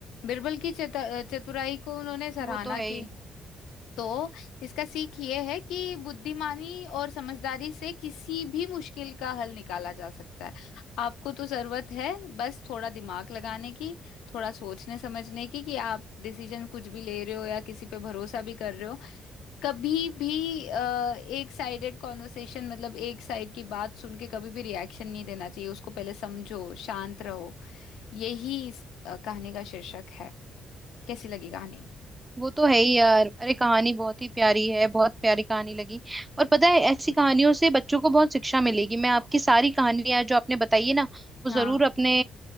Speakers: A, on the left; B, on the right.
A: बिरबल की चतु- चतुराई को उन्होंने सराहना
B: वो तो है
A: की
B: ही
A: तो इसका सीख ये है कि बुद्धिमानी और समझदारी से किसी भी मुश्किल का हल निकाला जा सकता है आपको तो जरूरत है बस थोड़ा दिमाग लगाने की थोड़ा सोचने समझने की कि आप डिसीजन कुछ भी ले रहे हो या किसी पे भरोसा भी कर रहे हो कभी भी अ, एक साइडेड कॉन्वर्सेशन मतलब एक साइड की बात सुन के कभी भी रिएक्शन नहीं देना चाहिए उसको पहले समझो शांत रहो यही इस अ, कहानी का शीर्षक है कैसी लगी कहानी
B: वो तो है ही यार अरे कहानी बहुत ही प्यारी है बहुत प्यारी कहानी लगी और पता है ऐसी कहानियों से बच्चों को बहुत शिक्षा मिलेगी मैं आपकी सारी कहानियां जो आपने बताई है ना वो
A: हाँ
B: जरूर अपने